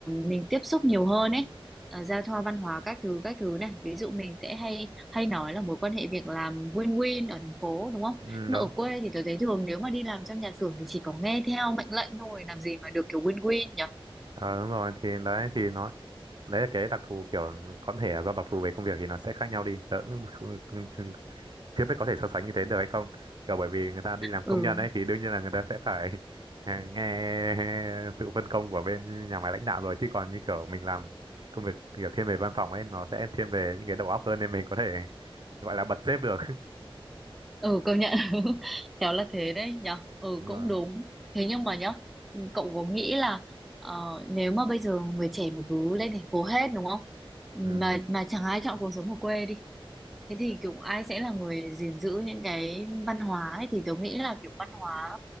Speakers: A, in the centre; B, on the right.
A: mình tiếp xúc nhiều hơn ấy, ờ, giao thoa văn hóa các thứ các thứ này. Ví dụ mình sẽ hay hay nói là mối quan hệ việc làm win-win ở thành phố đúng không?
B: ừ,
A: Nhưng
B: đúng
A: mà ở quê thì tớ thấy thường nếu mà đi làm trong nhà xưởng thì chỉ có nghe theo mệnh lệnh thôi, làm gì mà được kiểu win-win nhỉ?
B: Ờ, đúng rồi thì đấy thì nó đấy là cái đặc thù kiểu có thể do đặc thù về công việc thì nó sẽ khác nhau đi tớ cũng không- không- không- chưa biết có thể so sánh như thế được hay không kiểu bởi vì người ta đi làm
A: Ừ.
B: công nhân ấy thì đương nhiên là người ta sẽ phải <laughs> nghe sự phân công của bên nhà máy lãnh đạo rồi chứ còn như kiểu mình làm công việc kiểu thiên về văn phòng ấy nó sẽ thiên về những cái đầu óc hơn nên mình có thể gọi là bật sếp được <laughs>
A: ừ công nhận <laughs> khéo là thế đấy nhở ừ
B: đúng
A: cũng
B: rồi
A: đúng thế nhưng mà nhá cậu có nghĩ là ờ, nếu mà bây giờ người trẻ mà cứ lên thành phố hết đúng không
B: ừ
A: mà mà chẳng ai chọn cuộc sống ở quê đi thế thì kiểu ai sẽ là người gìn giữ những cái văn hóa ấy thì tớ nghĩ là kiểu văn hóa